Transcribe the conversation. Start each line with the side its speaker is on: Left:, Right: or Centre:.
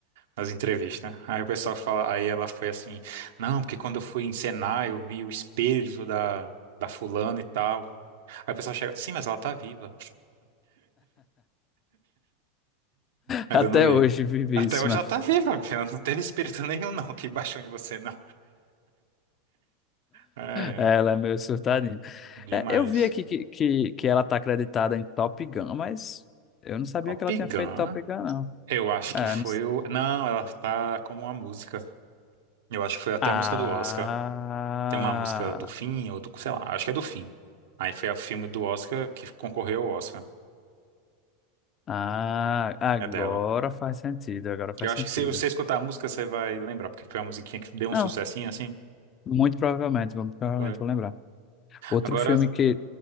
Right: nas entrevistas. Aí o pessoal fala, aí ela foi assim, não, porque quando eu fui encenar eu vi o espírito da, da fulana e tal. Aí o pessoal chega, sim, mas ela tá viva. Mas
Left: Até
Right: eu não vi.
Left: hoje, vivíssima.
Right: Até hoje ela tá viva, <laughs> minha filha. Não teve espírito nenhum, não, que baixou em você, não. É, é,
Left: Ela é meio surtadinha.
Right: demais.
Left: É, eu vi aqui que, que, que ela tá acreditada em Top Gun, mas eu não sabia
Right: Top
Left: que ela tinha
Right: Gun,
Left: feito Top Gun, não.
Right: eu acho
Left: É,
Right: que foi
Left: não s-
Right: o. Não, ela tá como uma música. Eu acho que foi até
Left: Ah,
Right: a música do Oscar. Tem uma música do Fim, ou do, sei lá, acho que é do Fim. Aí foi o filme do Oscar que concorreu ao Oscar.
Left: ah, agora
Right: É dela.
Left: faz sentido, agora faz
Right: Eu acho
Left: sentido.
Right: que se você escutar a música, você vai lembrar, porque foi uma musiquinha que deu um
Left: Não,
Right: sucessinho assim.
Left: muito provavelmente, vou- provavelmente
Right: Foi.
Left: vou lembrar. Outro
Right: Agora,
Left: filme que